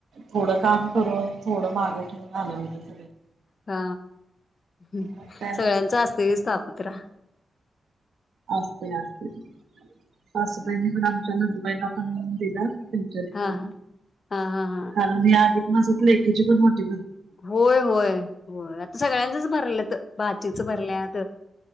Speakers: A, on the right; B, on the left.
A: थोडं काम करून थोडं मागे ठेवून आल्या होत.
B: हा ह
A: मग काय
B: सगळ्यांचा असते पापुत्रा
A: असस्ते असते. बस त्यां दुबईला पण दिला. त तक
B: हा हा
A: ना
B: हा हा हा.
A: ख न माझं लेकीची पण मोठी
B: होय होय होय आता सगळ्यांचच भरलं तर भाचीच भरलेता.